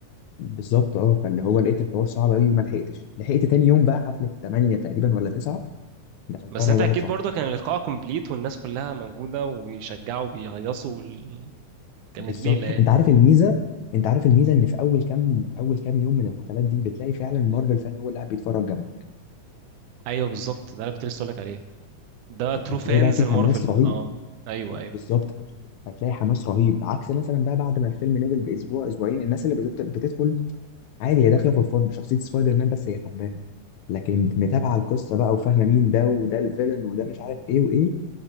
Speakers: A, on the left; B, on the right.
A: بالظبط اه فاللي هو لقيت الحوار صعب قوي وما لحقتش لحقت تاني يوم بقى حفله 8 تقريبا ولا 9 دخلتها
B: بس
A: انا
B: انت
A: وواحد
B: اكيد
A: صاحبي
B: برضه كان اللقاء كومبليت والناس كلها موجوده وبيشجعوا وبيهيصوا وال... كانت
A: بالظبط
B: ليله يعني
A: انت عارف الميزه انت عارف الميزه ان في اول كام اول كام يوم من الحفلات دي بتلاقي فعلا مارفل فان هو اللي قاعد بيتفرج جنبك
B: ايوه بالظبط ده انا كنت لسه اقول لك عليه ده ترو
A: فهتلاقي
B: فانز
A: بقى في
B: المارفل
A: حماس رهيب
B: اه ايوه
A: بالظبط
B: ايوه
A: فت- فتلاقي حماس رهيب عكس مثلا بقى بعد ما الفيلم نزل باسبوع اسبوعين الناس اللي بتت- بتدخل عادي هي داخله فور فن شخصيه سبايدر مان بس هي حباها لكن متابعه القصه بقى وفاهمه مين ده وده الفيلن وده مش عارف ايه وايه